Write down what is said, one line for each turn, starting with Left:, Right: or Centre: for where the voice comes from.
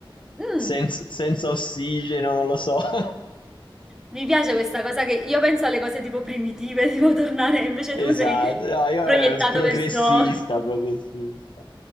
Centre: Mm.
Left: senz- senza ossigeno, non lo so. <laughs>
Centre: Mi piace questa cosa che io penso alle cose tipo primitive, <laughs> tipo tornare, invece
Left: Esatto,
Centre: tu sei
Left: no, io
Centre: proiettato
Left: eh, progressista,
Centre: verso
Left: progressista.